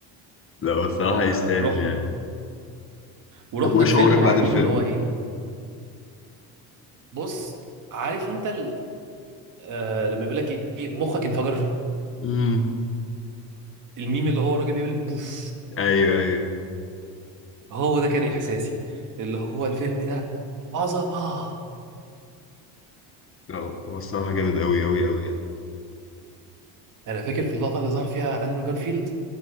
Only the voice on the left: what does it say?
لا هو الصراحه
يستاهل
يعني
طب وايه
شعورك
بعد الفيلم
امم
ايوه ايوه
لا، هو الصراحه جامد قوي قوي قوي يعني